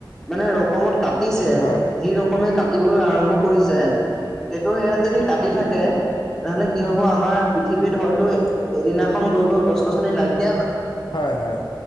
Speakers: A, in the centre; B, on the left.
A: মানে ৰকমত কাটিছে
B: হয়।
A: যি ৰক কমে কাটিবলৈ আৰম্ভ কৰিছে
B: উম
A: সেইটো সেয়াত যদি কাটি থাকে তেনেহলে কি হব আমাৰ পৃথিৱীত হয়তো এদিনাখন গৈ গৈ গছ গছনি নাইকীয়াই হৈ থাকিব।
B: হয় হয়